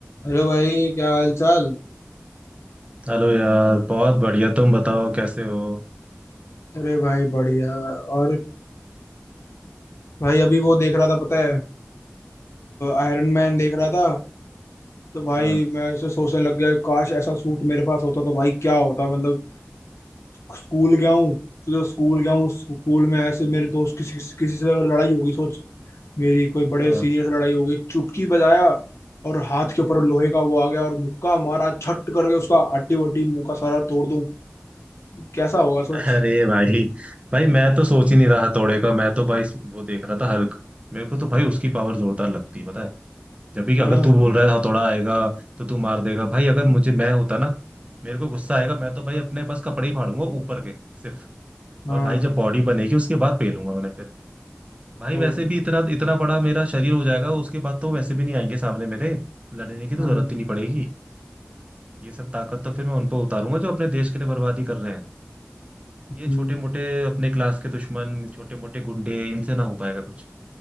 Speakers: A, on the left (about 85°); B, on the right (about 30°).
A: Hello भाई क्या हाल चाल
B: Hello यार बहुत बढ़िया तुम बताओ कैसे हो
A: अरे भाई बढ़िया और भाई अभी वो देख रहा था पता है आयरन मैन देख रहा था तो भाई
B: हाँ
A: मैं उसे सोचने लग गया काश ऐसा सूट मेरे पास होता तो भाई क्या होता मतलब स्कूल गया हूँ तो स्कूल गया हूँ स्कूल में ऐसे मेरे दोस्त किसी किसी से अगर लड़ाई होगी सोच मेरी कोई बड़े
B: हाँ
A: सीनियर से लड़ाई हो गई चुटकी बजाया और हाथ के ऊपर लोहे का वो आ गया और मुक्का मारा छट करके उसका हड्डी वड्डी मुंह का सारा तोड़ दूं कैसा होगा
B: अरे
A: सोच
B: भाई भाई मैं तो सोच ही नहीं रहा हथौड़े का मैं तो भाई वो देख रहा था हल्क मेरे को तो भाई उसकी पावर जोरदार लगती है पता है जब भी
A: हाँ
B: अगर तू बोल रहा है हथौड़ा आएगा तो तू मार देगा भाई अगर मुझे मैं होता ना मेरे को गुस्सा आएगा मैं तो भाई अपने बस कपड़े ही फाड़ूंगा ऊपर के सिर्फ
A: हाँ
B: और भाई जब बॉडी बनेगी उसके बाद पेलूंगा उन्हें फिर भाई
A: ओ
B: वैसे
A: भाई
B: भी इतना इतना बड़ा मेरा शरीर हो जाएगा उसके बाद तो वैसे भी नहीं आएंगे सामने मेरे लड़ने की तो
A: हम्म
B: जरूरत ही नहीं पड़ेगी ये सब ताकत तो फिर मैं उन पर उतारूंगा जो अपने देश के लिए बर्बादी कर रहे हैं
A: हम्म,
B: ये छोटे मोटे अपने क्लास के दुश्मन छोटे मोटे गुंडे इनसे ना हो पाएगा कुछ